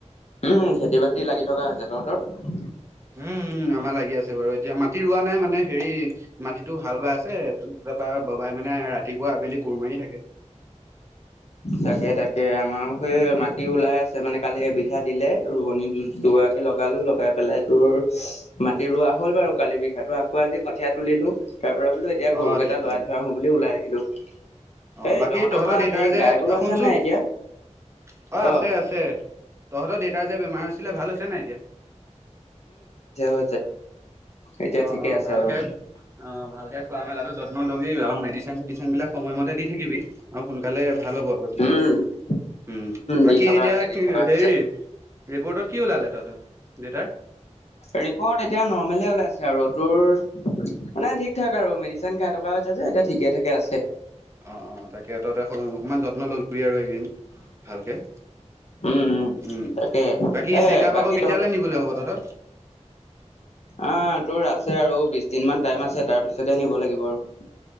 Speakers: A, on the left (about 65°); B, on the right (about 25°).
A: উম, খেতি-বাতি লাগি থকা হৈছে তহঁতৰ?
B: উম-উম আমাৰ লাগি আছে বাৰু এতিয়া মাটি ৰোৱা নাই মানে হেৰি মাটিটো হাল বাই আছে তাৰপা বাবাই মানে ৰাতিপুৱা, আবেলি কোৰ মাৰি থাকে।
A: তাকে-তাকে আমাৰ সেই মাট টি ওলাই আছে মানে কালি এবিঘা দিলে ৰোৱনী দু - দুগৰাকী লগালো লগাই পেলাই তোৰ মাটি ৰোৱা হ'ল বাৰু কালি বিঘাতো আকৌ আজি কঠীয়া তুলিলো তাৰ পৰা বোলো এতিয়া
B: অ
A: গৰুকেইটা
B: ঠিকে
A: উলাই থৈ আহো বুলি ওলাই আহিলো।
B: অ,
A: এই
B: বাকী তহঁতৰ
A: ঘৰত
B: দেউতাই
A: হেৰি
B: যে
A: গাই
B: এ
A: গৰু আছে
B: শুনচোন
A: নাই এতিয়া?
B: অ,
A: ক।
B: আছে-আছে। তহঁতৰ দেউতা যে বেমাৰ হৈছিলে ভাল হৈছেনে নাই এতিয়া?
A: যে এতিয়া
B: অ
A: ঠিকে
B: অ
A: আছে
B: ভালকে
A: আৰু।
B: অ, ভালকে খোৱা মেলাটো যত্ন লবি আৰু মেডিচিন-চেডিচিন বিলাক সময়মতে দি থাকিবি অ, সোনকালে ভাল হ'ব আৰু তেতিয়া।
A: উম
B: উম, বাকী
A: দি থকা
B: এতিয়া
A: হৈছে দি
B: কি
A: থকা হৈছে
B: হেৰি ৰিপৰ্টত কি ওলালে তহঁতৰ দেউতাৰ?
A: ৰিপৰ্ট এতিয়া নৰ্মলে ওলাইছে আৰু ৰ তোৰ মানে ঠিক ঠাক আৰু মেডিচিন খাই থকা হৈছে যে এতিয়া ঠিকে ঠাকে আছে।
B: অঁ অঁ তাকে ততে অকণমান যত্ন ল'বি আৰু এইকেইদিন ভালকৈ
A: উম
B: উম
A: তাকে এ
B: বাকী চেকাপ
A: বাকী
B: আকৌ কেতিয়ালৈ নিবলৈ হ'ব তহঁতৰ?
A: আহ তোৰ আছে আৰু বিশ দিন মমান টাইম আছে তাৰপিছতে নিব লাগিব আৰু।